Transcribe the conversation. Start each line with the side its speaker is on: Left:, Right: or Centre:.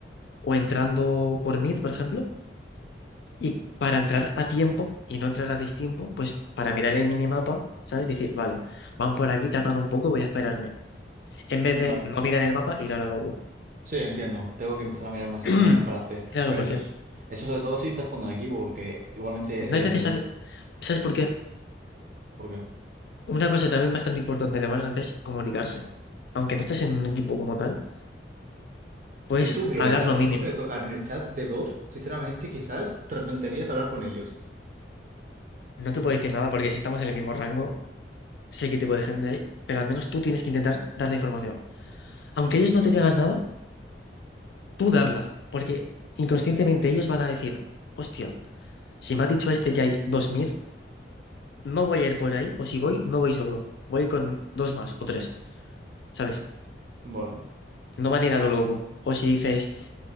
Left: O entrando por mid, por ejemplo, y para entrar a tiempo y no entrar a destiempo, pues para mirar el minimapa, ¿sabes? Decir, vale, van por aquí, tratan un poco, voy a esperarme. en vez de
Right: Vale.
Left: no mirar el mapa e ir a la lobo.
Right: Sí, entiendo. Tengo que empezar a mirar más
Left: <clears throat>
Right: el mapa para hacer.
Left: Claro,
Right: Pero
Left: porque
Right: eso es, eso sobre todo si estás jugando en equipo, porque igualmente
Left: no es necesario.
Right: en...
Left: ¿Sabes por qué?
Right: ¿Por qué?
Left: Una cosa también bastante importante de Valorant es comunicarse. Aunque no estés en un equipo como tal, puedes
Right: Si tú vieras
Left: hablar
Right: las
Left: lo
Right: personas
Left: mínimo.
Right: que me tocan en el chat de voz, sinceramente quizás te arrepentirías de hablar con ellos.
Left: No te puedo decir nada porque si estamos en el mismo rango, sé qué tipo de gente hay, pero al menos tú tienes que intentar dar la información. Aunque ellos no te digan nada, tú darla, porque inconscientemente ellos van a decir, hostia, si me ha dicho este que hay dos mid, no voy a ir por ahí, o si voy, no voy solo, voy con dos más o tres, ¿sabes?
Right: Vale.
Left: no van a ir a lo loco. O si dices,